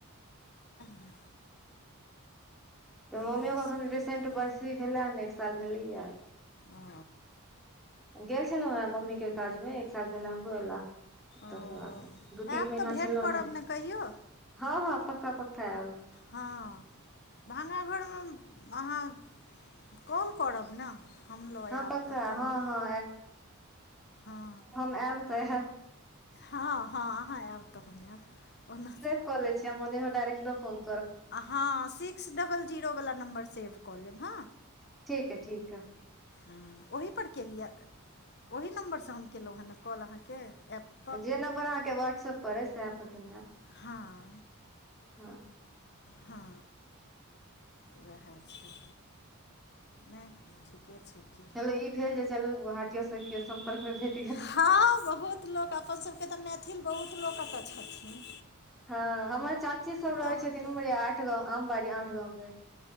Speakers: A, on the left (about 50°); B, in the centre.
A: नै
B: तऽ मम्मियओे
A: इएह
B: एखन
A: सब
B: रिसेंट बर्सी भेलैनि ने एक साल भेलैए
A: ओ
B: गेल छलहुँ हें मम्मी के काज मे एक साल भेला हमरो एला ओतऽ
A: ओ
B: से वापिस दू तीन
A: आयब
B: महिना
A: तऽ भेँट
B: छल
A: करब
B: त
A: ने कहियो
B: हँ हँ पक्का पक्का आब
A: हँ भ्गाघरमे अहाँ कॉल करब ने हम लऽ आयब
B: हँ पक्का
A: कतऽ
B: हँ
A: रहब
B: हँ
A: हँ
B: ऐब तऽ हैब
A: हँ हँ अहाँ आयब तहन आयब ओना
B: कलिय आ म नहि डर्ट न फन
A: हँ सिक्स डबल जीरोवला नम्बर सेव कऽ लेब हँ
B: ठीक यह ठीक
A: हँ ओहिपर केलियै ओहि नम्बरसँ हम केलहुँ हँ ने कॉल अहाँके एप
B: जेम्बर अहाँके व्हट्सप पर अ सेह पर केनेयब
A: हँ
B: हँ
A: हँ उएह छी नहि ठीके छै कि
B: चलो ई भेल जे चलो गोहाटी के सम्पर्क मे भेज
A: हँ बहुत लोक अपनसभके तऽ मैथिल बहुत लोक एतय छथिन
B: हँ हमर चाची सब
A: एतऽ
B: रहैत
A: अहाँके
B: छथिन उमहर आठ गाँव आमबाड़ी आठ गाँवमे